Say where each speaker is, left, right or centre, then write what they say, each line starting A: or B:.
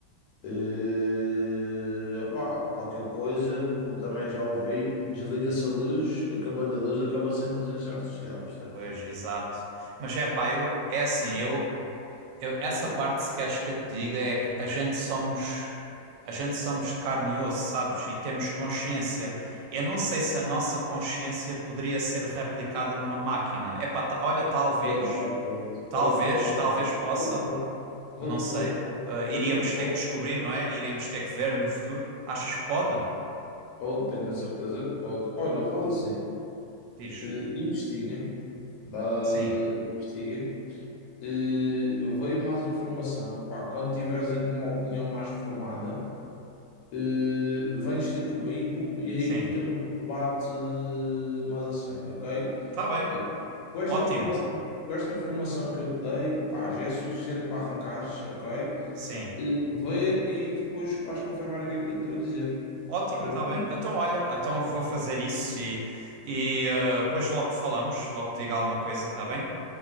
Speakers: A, on the left; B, on the right.
A: eh, opá, qualquer coisa, como também já ouvi, desliga-se a luz, acabando a luz, acaba-se a inteligência artificial, percebes?
B: Pois, exato. Mas é pá, eu, é assim, eu, eu- essa parte se queres que eu te diga é que a gente somos a gente somos de carne e osso, sabes? E temos consciência. Eu não sei se a nossa consciência poderia ser replicada numa máquina. É pá, ta- olha, talvez,
A: Pode, pode,
B: talvez,
A: pode, pode,
B: talvez
A: pode,
B: possa,
A: pode, pode. Pode,
B: não sei.
A: pode, pode,
B: Eh,
A: certeza
B: iríamos
A: que pode,
B: ter que descobrir, não é? Iríamos ter que ver no futuro. Achas que pode?
A: pode, tenho a certeza que pode. Olha, faz assim,
B: Diz.
A: eh, investiga, dá,
B: Sim,
A: investiga, eh, veio mais informação, pá, quando tiveres aqui uma opinião mais formada, eh, vens ter comigo e aí
B: sim.
A: temos um debate mais a sério, ok?
B: Tá bem.
A: Aqui- Com esta
B: Ótimo.
A: informação, com esta informação que eu te dei, pá, já é suficiente para arrancares, ok?
B: Sim.
A: Eh, Vê e depois vais confirmar aquilo que eu te estou a dizer.
B: Ótimo,
A: Tranquilo?
B: está bem. Então, olha, então vou fazer isso e, e eh, depois logo falamos, logo diga alguma coisa, está bem?